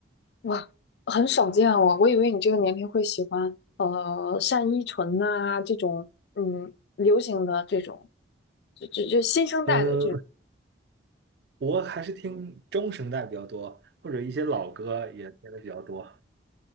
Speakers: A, on the left; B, on the right.
A: 哇，很少见哦，我以为你这个年龄会喜欢呃单依纯呐、这种嗯流行的这种，就就就新生代的这种。
B: 呃，我还是听中声带比较多，或者一些老歌也听的比较多。